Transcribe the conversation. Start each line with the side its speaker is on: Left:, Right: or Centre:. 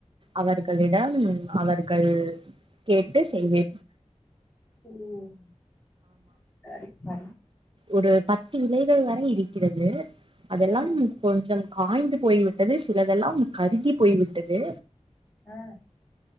Right: அவர்களிடம் அவர்கள் கேட்டு செய்வே
Left: ம் சரி பா
Right: ஒரு பத்து விலைகள் வரை இருக்கிறது அதெல்லாம்
Left: ஆ
Right: கொஞ்சம் காய்ந்து போய் விட்டது சிலதெல்லா கருகி போய் விட்டது
Left: ஆ